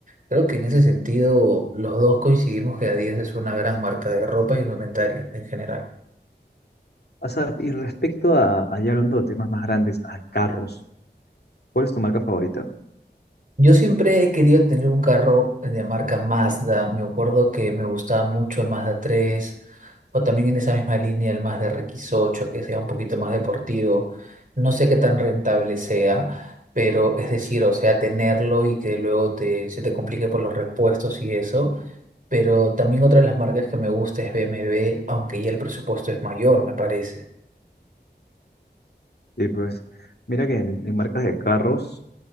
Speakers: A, on the right; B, on the left.
A: Creo que en ese sentido los dos coincidimos que Adidas es una gran marca de ropa y indumentaria en general.
B: Asaf, y respecto a, allá hablando de temas más grandes, a carros, ¿cuál es tu marca favorita?
A: Yo siempre he querido tener un carro de marca Mazda. Me acuerdo que me gustaba mucho el Mazda 3, o también en esa misma línea el Mazda rx ocho, que sea un poquito más deportivo. No sé qué tan rentable sea, pero es decir, o sea, tenerlo y que luego te, se te complique por los repuestos y eso. Pero también otra de las marcas que me gusta es BMW, aunque ya el presupuesto es mayor, me parece.
B: Y pues, mira que en, en marcas de carros,